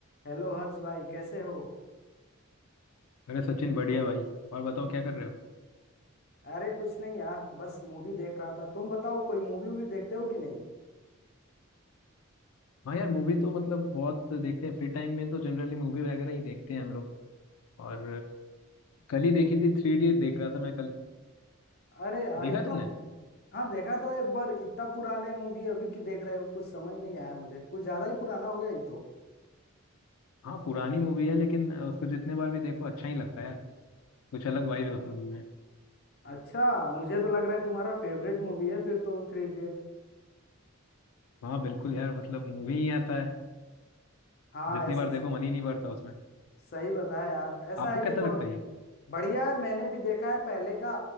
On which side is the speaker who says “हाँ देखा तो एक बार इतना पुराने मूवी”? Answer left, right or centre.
Left